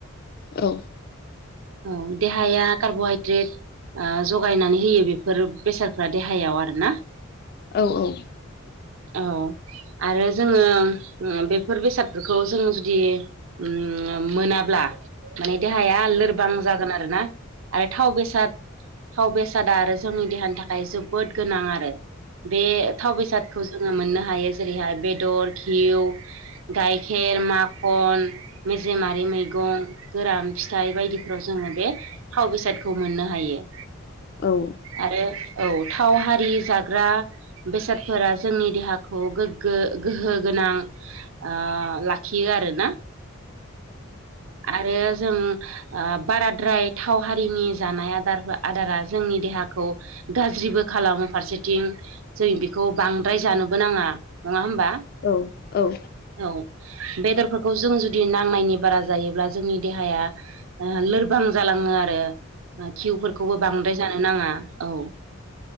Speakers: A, on the left (about 45°); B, on the right (about 70°).
A: औ
B: औ देहाया कार्बहाइद्रेट ओ जगायनानै होयो बेफोर बेसादफ्रा देहायाव आरोना।
A: औ औ।
B: औ आरो जोङो उम बेफोर बेसादफोरखौ जों जुदि उम मोनाब्ला माने देहाया लोरबां जागोन आरोना। आरो थाव बेसाद थाव बेसादा आरो जोंनि देहानि थाखाय जोबोद गोनां आरो। बे थाव बेसाद खौ जोङो मोननो हायो जेरैहाय बेदर खिउ गाइखेर माख खन मेजेमारि मैगं गोरान फिथाइ बायदिफ्राव जोङो बे थाव बेसादखौ मोननो हायो।
A: औ।
B: आरो औ थाव हारि जाग्रा बेसादफोरा जोंनि देहाखौ गोग्गो गोहो गोनां ओ लाखियो आर ना आरो जों ओ बाराद्राय थाव हारिनि जानाय आदारबो आदारा जोंनि देहाखौ गाज्रिबो खालामो फारसेथिं जों बेखौ बांद्राय जानोबो नाङा नङा होमबा?
A: औ औ।
B: औ बेदर खौ जों जुदि नांनायनि बारा जायोब्ला जोंनि देहाया लोरबां जालाङो आरो। घिउफोरखौबो बांद्राय जानो नाङा औ।